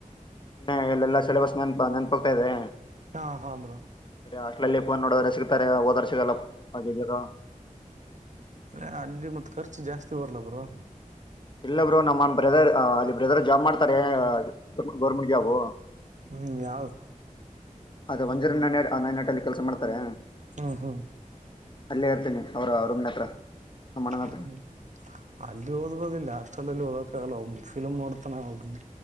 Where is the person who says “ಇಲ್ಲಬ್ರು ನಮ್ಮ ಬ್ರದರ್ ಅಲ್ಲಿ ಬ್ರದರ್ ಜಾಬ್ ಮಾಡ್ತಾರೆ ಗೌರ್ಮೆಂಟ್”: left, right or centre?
Left